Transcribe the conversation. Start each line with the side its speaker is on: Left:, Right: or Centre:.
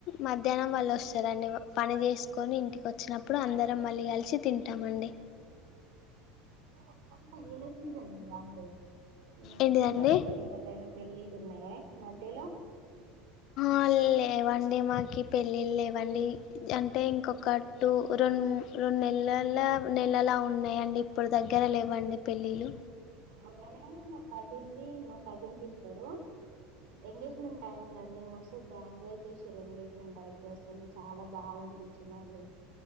Left: మధ్యాహ్నం వాళ్ళు వస్తారండి పని చేసుకొని ఇంటికి వచ్చినప్పుడు అందరం మళ్ళీ కలిసి తింటామండి
Right: అ మొత్తం పెళ్ళిళ్ళ సీజన్ ఉందిగా అండి ఉమ్
Left: ఏంటిదండి
Right: చుట్టాలలో ఎవరైనా పెళ్ళిళ్ళు ఉన్నాయే మధ్యలో
Left: ఆ లేవండి మాకి పెళ్ళిళ్ళ లేవండి అంటే ఇంకొక టు రెండుమూడ్ రెండు నెలల్ల నెలల ఉన్నాయండి ఇప్పుడు దగ్గర లేవండి పెళ్ళిళ్ళు
Right: మొన్ననే ఏ మా కజిన్ ది మా కజిన్ సిస్టర్ ఎంగేజ్మెంట్ టయిదం అండి మస్తు గ్రాండ్గా జెసిర్రండి ఎంగేజ్మెంట్ అయితే అసలు చాలా బాగా అనిపించిందండి